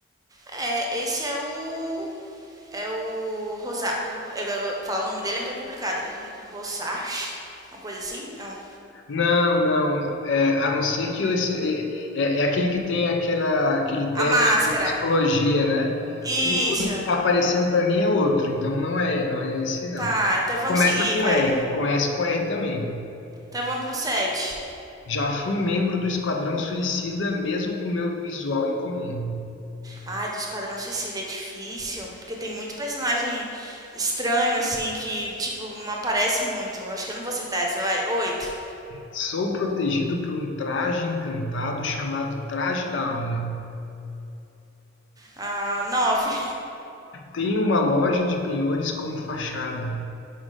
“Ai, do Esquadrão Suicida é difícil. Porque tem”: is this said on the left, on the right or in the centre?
Right